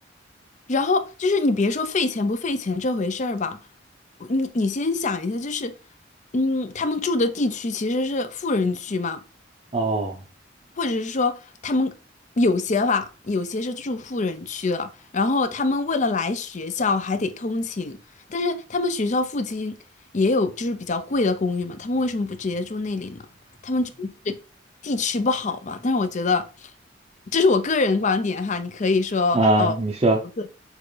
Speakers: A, on the left; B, on the right.
A: 然后就是你别说费钱不费钱这回事儿吧，我你你先想一下，就是，嗯，他们住的地区其实是富人区嘛，
B: 哦，
A: 或者是说他们有些吧，有些是住富人区的，然后他们为了来学校还得通勤，但是他们学校附近也有就是比较贵的公寓嘛，他们为什么不直接住那里呢？他们觉得是地区不好吧？但是我觉得这是我个人观点哈，你可以说哦，
B: 啊，你说，
A: 对，